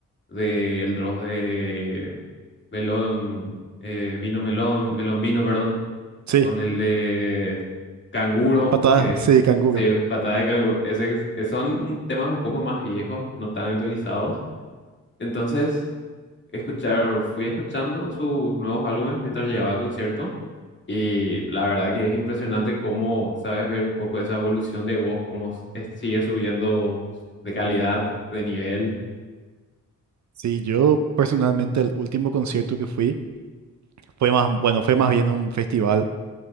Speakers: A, on the left; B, on the right.
A: del Dross de Melón, eh, Vino Melón, Melón Vino, perdón,
B: Sí,
A: con el de Canguro,
B: patadas,
A: que es
B: sí, canguro.
A: sí, patada de canguro. Ese, es- son un- temas un poco más viejos, no tan actualizados. Entonces escuchar, fui escuchando sus nuevos álbumes mientras llegaba al concierto y la verdad que es impresionante cómo sabes ver un poco esa evolución de voz, cómo s- es- sigue subiendo de calidad, de nivel.
B: Sí, yo personalmente el último concierto que fui fue más, bueno, fue más bien un festival